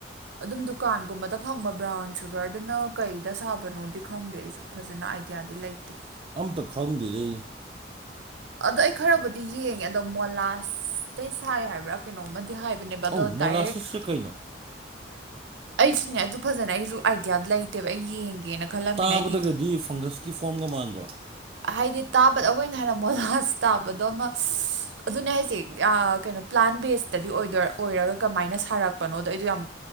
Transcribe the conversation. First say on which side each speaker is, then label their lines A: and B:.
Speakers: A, on the right; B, on the right.
A: ꯑꯗꯨꯝ ꯗꯨꯀꯥꯟꯒꯨꯝꯕꯗ ꯐꯪꯕ ꯕ꯭ꯔꯥꯎꯟ ꯁꯨꯒꯔꯗꯨꯅ ꯀꯩꯗ ꯁꯥꯕꯅꯣꯗꯤ ꯈꯪꯗꯦ ꯑꯩꯁꯨ ꯐꯖꯅ ꯑꯥꯏꯗꯤꯌꯥꯗꯤ ꯂꯩꯇꯦ
B: ꯑꯝꯇ ꯈꯪꯗꯤꯗꯩ
A: ꯑꯗꯣ ꯑꯩ ꯈꯔꯕꯨꯗꯤ ꯌꯦꯡꯉꯦ ꯑꯗꯣ ꯃꯣꯂꯥꯁꯇꯩ ꯁꯥꯏ ꯍꯥꯏꯕ꯭ꯔꯥ ꯀꯩꯅꯣꯝꯃꯗꯤ ꯍꯥꯏꯕꯅꯦ ꯕꯗꯣ
B: ꯑꯧ
A: ꯗꯥꯏꯔꯦꯛ
B: ꯃꯣꯂꯥꯁꯤꯁꯁꯦ ꯀꯩꯅꯣ
A: ꯑꯩꯁꯨꯅꯦ ꯑꯗꯨ ꯐꯖꯅ ꯑꯩꯁꯨ ꯑꯥꯏꯗꯤꯌꯥ ꯂꯩꯇꯦꯕ ꯑꯩ ꯌꯦꯡꯒꯦꯅ ꯈꯜꯂꯝꯃꯤꯅ
B: ꯇꯥꯕꯗꯒꯗꯤ
A: ꯑꯩꯗꯤ
B: ꯐꯪꯒꯁꯀꯤ ꯐꯣꯝꯒ ꯃꯥꯟꯗ꯭ꯔꯣ
A: ꯍꯥꯏꯗꯤ ꯇꯥꯕꯗ ꯑꯩꯈꯣꯏꯅ ꯍꯥꯏꯅ ꯃꯣꯂꯥꯖ ꯇꯥꯕꯗꯣ ꯑꯃ ꯑꯗꯨꯅꯦ ꯍꯥꯏꯖꯦ ꯑ ꯀꯩꯅꯣ ꯄ꯭ꯂꯥꯟ ꯕꯦꯁꯇꯗꯤ ꯑꯣꯏꯗꯣꯏ ꯑꯣꯏꯔꯒ ꯀꯃꯥꯏꯅ ꯁꯥꯔꯛꯄꯅꯣꯗꯣ ꯑꯩꯗꯣ ꯌꯥꯝ